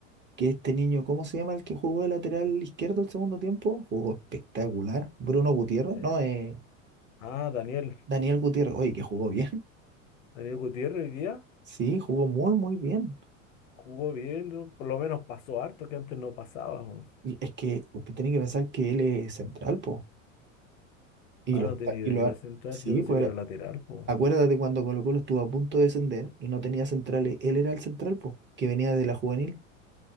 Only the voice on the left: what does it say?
weón.
Eh,
Ah, Daniel.
Daniel Gutiérrez hoy día
jugó bien, ¿no? Por lo menos pasó harto que antes no pasaba. po.
Ah,
no
tenía idea
que era central,
yo pensé
que era
lateral, pues.